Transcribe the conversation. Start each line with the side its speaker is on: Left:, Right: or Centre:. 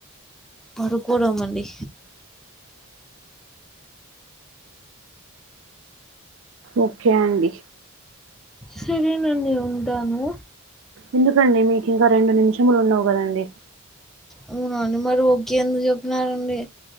Centre: పడుకోవడం అండి
Right: ఒకే అండి
Centre: సరేనండి ఉంటాను
Right: ఎందుకండి మీకు ఇంకా రెండు నిమిషములు ఉన్నావు కదండి
Centre: అవునా అండి మరి ఓకే ఎందుకు చెప్పినారు అండి